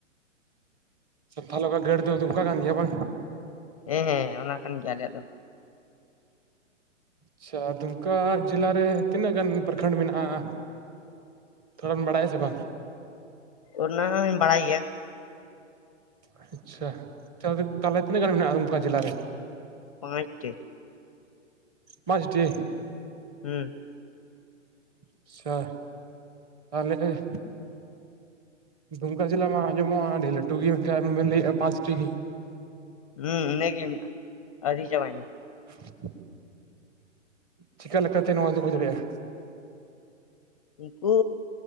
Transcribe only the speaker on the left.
ᱦᱮᱸ ᱦᱮᱸ, ᱚᱱᱟ ᱠᱟᱱ ᱜᱮᱭᱟ ᱟᱞᱮᱭᱟᱜ ᱫᱚ᱾
ᱚᱱᱟ ᱦᱚᱸᱧ ᱵᱟᱲᱟᱭ ᱜᱮᱭᱟ᱾
ᱯᱟᱸᱪ ᱴᱤ᱾
ᱦᱩᱸ
ᱦᱩᱸ ᱱᱤᱭᱟᱹ ᱜᱤ ᱢᱮᱱᱟᱜ-ᱟ ᱟᱣᱹᱨᱤ ᱪᱟᱵᱟ ᱮᱱᱟ,
ᱱᱩᱝᱠᱩ